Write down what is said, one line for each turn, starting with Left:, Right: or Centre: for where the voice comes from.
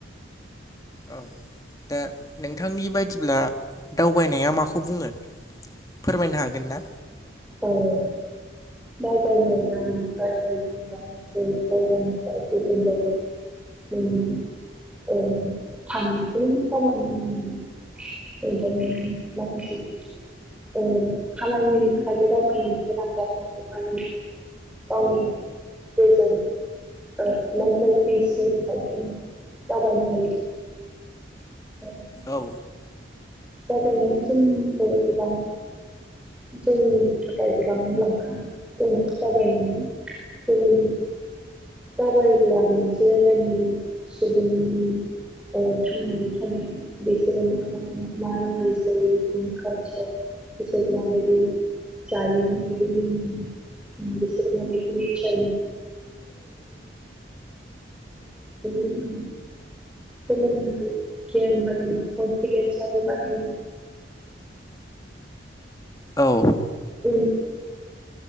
Left: औ दा नोंथांनि बायदिब्ला दावबायनाया माखौ बुङो? फोरमायनो हागोन ना?
Centre: आङो दावबायनाया बारेल जायगा जे जायगानिफ्राय गुबुन जायगा ओं औ थामनिखौ दावबायबोनाय यैबानि माखासे ओ खामानि थाखायबो दावबायनो गोनां जानो हागौ आरो गावनि गोजोन ओ मेन्टेल पिसनि थाखाय नों दावबायनो हायो <inaudible>
Left: औ।
Centre: दावबायनायानो जोंनिबो गोबां जोंनि थाखाय गोबां मुलाम्फा दङ दावबायनाया। जेरै दावबायोब्ला मोनसे जायगानि सुबुं अ थांनानै थानाय बिसोरो मा रा मा राव रायज्लायो बिसोरनि खाथियाव बिसोरजों मा बायदि जायोबो बेबो लोंयो <unintelligible> दावबायनायजों जोंहा सोलोंनो हायो गियान आरो कफिदेन्स बायबो बारायो
Left: औ।
Centre: उ।